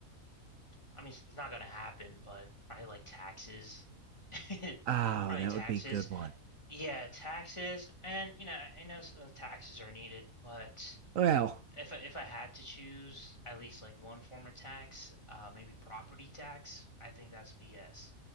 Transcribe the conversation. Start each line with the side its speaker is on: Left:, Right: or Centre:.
Left: I mean, it's it's not gonna happen, but probably like taxes. <laughs>
Right: Oh,
Left: Probably
Right: that
Left: taxes.
Right: would be a good one.
Left: Yeah, taxes. And you know, I I know s- uh, taxes are needed, but
Right: Well,
Left: if I, if I had to choose at least like one form of tax, uh, maybe property tax, I think that's BS.